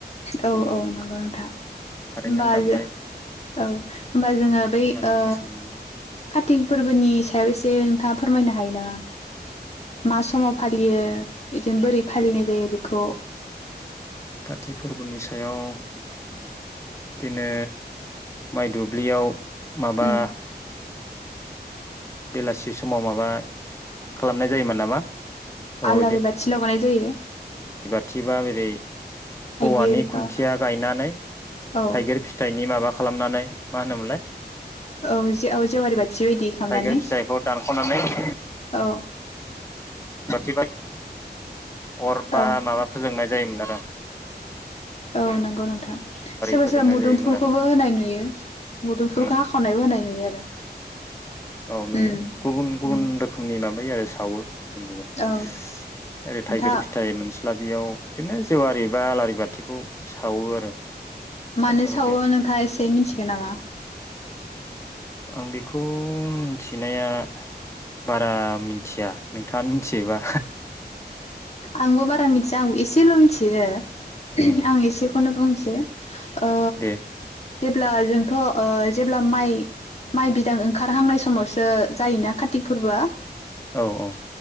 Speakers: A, on the left; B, on the left.
A: औ
B: गुबुन
A: औ नंगौ नोंथां होमबा
B: कारेन्टजों दामनाय
A: जो औ होनोमबा जोङो
B: बेफोरखौ
A: बै
B: लानानै
A: ओ
B: मोसानाय जायो
A: कारतिक फोरबोनि सायाव एसे था फोरमायनो हायो नामा मा समाव फालियो बिदिनो बोरै फालिनाय जायो बेखौ?
B: कति फोरबोनि सायाव
A: उम
B: बिदिनो माइ दुब्लियाव माबा
A: उम
B: बेलासि समाव माबा खालामनाय जायोमोन नामा? औ
A: आलारि बाथि लगानाय जायो।
B: थिबााबेरै
A: थाइगिरफ्रा
B: औवानि खुन्थिया गायनानै
A: औ
B: थाइगिर फिथाइनि माबाखौ खालामनानै मा होनोमोनलाय
A: औ जे औ जेवारि बाथि बायदि खालामनानै
B: थाइगिर फिथाइखौ <unintelligible>
A: औ
B: सथिबाद अर बा
A: औ
B: माबाफोजोंनाय जायो <unintelligible>
A: औ नंगौ नोंथां सोरबा
B: फोजोंनाय
A: सोरबा मुदुमफुलखौबो
B: जायो मोनाबिलि
A: होनाय नुयो मुदुमफुलखौ
B: उम
A: हाखावनायबो होनाय नुयो आरो।
B: औ नुयो
A: उम
B: गुबुन गुबुन
A: उम
B: रोखोमनि माबायो आरो। सावो ओरै
A: औ नोंथां
B: थाइगिर फिथाइ मोनस्लाबियाव बिदिनो जेवारि बा आलारि बाथिखौ सावो आरो।
A: मानो
B: बायथा
A: सावो
B: बायदिया
A: नोंथाङा एसे मिथिगोन नामा?
B: आं बेखौ बेखौ मिथिनाया बारा मिथिया नोंथाङानो मिथियोबा?
A: आंबो बारा मिथिया आंबो एसेल मिथि <unintelligible>
B: उम
A: आं एसेखौनो बुंसि <unintelligible>
B: दे
A: जेब्ला जोंथ ओ जेब्ला माइ माइ बिदां ओंखारहांनाय समावसो जायोना कार्तिक फोरबोआ।
B: औ औ।